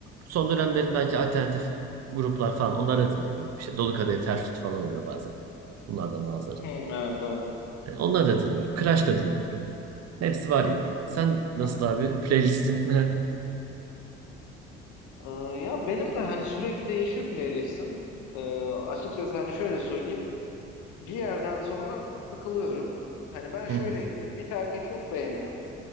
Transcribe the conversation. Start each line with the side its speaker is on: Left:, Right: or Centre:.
Right: son dönemlerin belki alternatif gruplar falan onları da dinliyorum. İşte Dolu Kadehi Ters Tut falan oluyor bazen. Bunlardan bazıları.
Left: Hmm, evet evet.
Right: Yani onları da dinliyorum. Crash da dinliyorum. Hepsi var ya. Sen nasıl
Left: <laughs>
Right: abi playlistin? <laughs>
Left: Ee, ya benim de hani sürekli değişiyor playlistim. Ee, açıkçası hani şöyle söyleyeyim. Bir yerden sonra sıkılıyorum. Hani ben şöyleyimdir.
Right: Hı hı.
Left: Bir şarkıyı çok beğenirim.